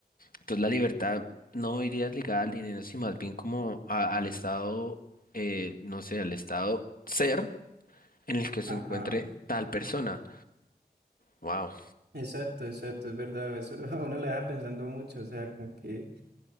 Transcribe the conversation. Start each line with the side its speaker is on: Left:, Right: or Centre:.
Left: entonces la libertad no iría ligada al dinero, sino más bien como a- al estado, eh, no sé, al estado ser en el que se encuentre
Right: Ajá.
Left: tal persona. Wow.
Right: Exacto, exacto, es verdad, eso <laughs> a uno le deja pensando mucho, o sea, como que